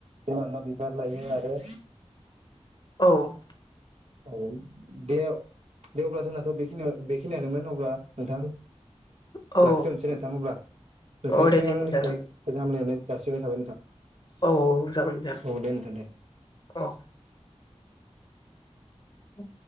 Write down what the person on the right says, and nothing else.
बिमानाव बिबार लायो आरो
औ दे दे अब्ला जोंनाथ' बेखिनियाव बेखिनियानोमोन अब्ला नोंथां
लाखिथारनोसै नोंथां अब्ला नोंथांनिसिम
आंनिफ्राय
गोजान हामलायनाय जासिबाय थाबाय नोंथां।
औ दे नोंथां